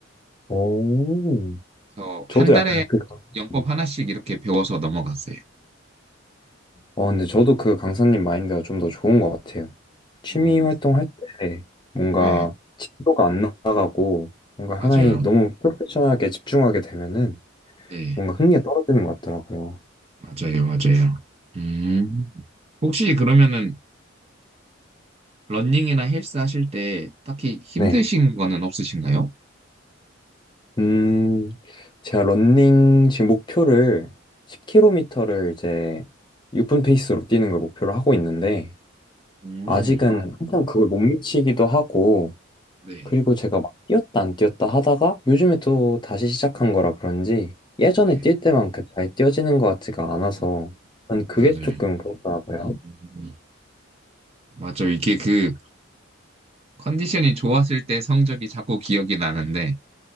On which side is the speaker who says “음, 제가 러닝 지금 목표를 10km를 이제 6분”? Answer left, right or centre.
Left